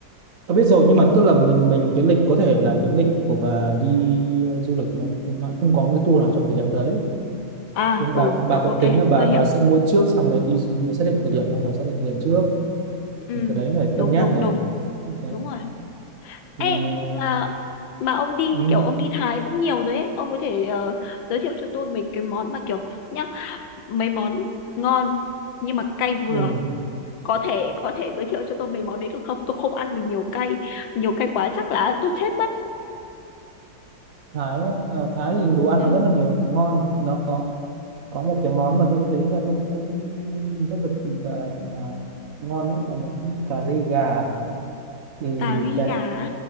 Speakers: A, on the right; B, on the left.
A: Tôi biết rồi nhưng mà tức là mình mình cái lịch có thể là cái lịch của bà đi ờ, du lịch nó, nó không có một cái tour nào trong thời điểm đấy
B: à
A: thế là
B: ừ
A: bà bà
B: rồi
A: có
B: ok
A: tính là bà
B: tôi
A: bà
B: hiểu
A: sẽ mua trước xong rồi đi mới xác định thời điểm hay là xác định thời điểm trước
B: ừ
A: thì cái đấy phải
B: đúng
A: cân nhắc
B: đúng
A: này
B: đúng
A: đấy
B: đúng rồi
A: thì
B: ê
A: ờ,
B: mà mà ông đi
A: ừ,
B: kiểu ông đi Thái cũng nhiều rồi ấy ông có thể ờ, giới thiệu cho tôi mấy cái món mà kiểu nhá mấy món ngon nhưng mà cay vừa
A: ừ.
B: có thể có thể giới thiệu cho tôi mấy món đấy được không tôi không ăn được nhiều cay nhiều cay quá chắc là tôi chết mất
A: Thái á, ờ, Thái thì đồ ăn
B: ừ
A: nó rất là nhiều ngon nó có có một cái món mà tôi thấy là cũng cũng rất là là, là ngon đấy là món cà ri gà ừ,
B: cà ri
A: cái
B: gà á?